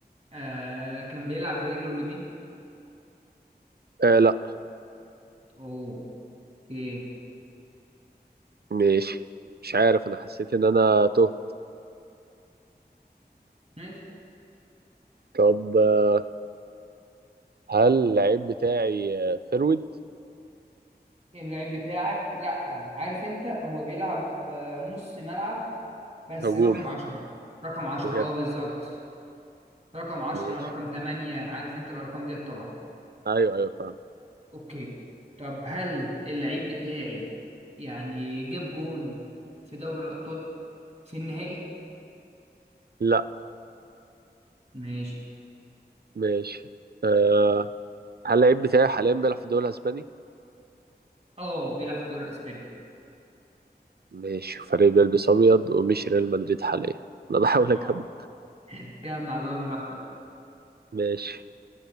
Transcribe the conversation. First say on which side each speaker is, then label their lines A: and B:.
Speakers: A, on the right (about 40°); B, on the right (about 65°).
A: آه كان بيلعب برجله اليمين
B: آه لا
A: اوه اوكي
B: ماشي مش عارف انا حسيت ان انا تهت
A: ماشي
B: طب آه، هل اللعيب بتاعي آه، فرود
A: اللعيب بتاعك لا عارف انت هو بيلعب آه نص ملعب بس
B: هجوم
A: رقم عشرة رقم عشرة
B: بجد
A: اه بالظبط رقم عشرة
B: ماشي
A: رقم تمانية عارف انت الارقام ديت طبعا
B: ايوه ايوه فاهم
A: اوكي طب هل اللعيب بتاعي يعني جاب جون في دوري الابطال في النهائي
B: لا
A: ماشي
B: ماشي أه هل اللعيب بتاعي حاليا بيلعب في الدوري الاسباني
A: اه بيلعب في الدوري الاسباني
B: ماشي فريق بيلبس ابيض ومش ريال مدريد حاليا انا بحاول
A: اه
B: اجمع
A: <laughs> جمع بقى براحتك
B: ماشي